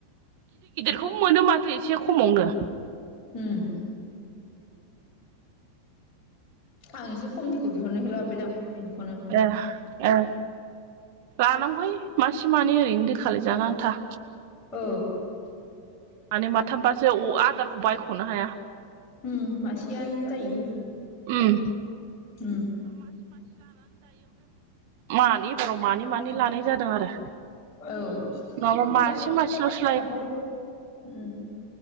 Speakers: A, on the right; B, on the left.
A: सम मोनो माथो एसे खमावनो
B: उ <unintelligible> आं एसे खमनिखौ बिहरनायखौ लाबोबायदां बेनिखौनो
A: ए लानांगौहाय मासे मानै ओरैनो दैखलाय जाना आन्था
B: औ
A: मानै माथामबासो अ आदारखौ बायख'नो हाया।
B: उ मासेयानो जायोहाय
A: उम
B: उ
A: मानि एबाराव मानि मानि लानाय जादों आरो
B: औ
A: नङाबा मासे मासेल'सो
B: <inaudible>